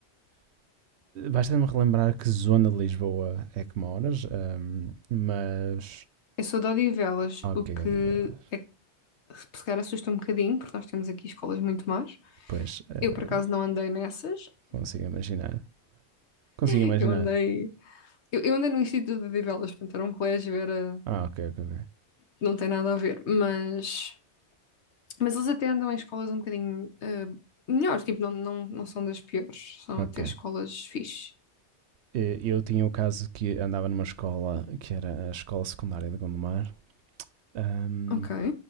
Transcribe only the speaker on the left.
Eu sou de Odivelas,
o que
é se calhar assusta um bocadinho, porque nós temos aqui escolas muito más.
Eu, por acaso, não andei nessas.
<laughs>
Eu andei, eu, eu andei no Instituto de Odivelas, portanto, era um colégio, era,
não tem nada a ver. Mas, mas eles até andam em escolas um bocadinho eh, melhores, tipo, não, não, não são das piores, são
até escolas fixe.
Ok,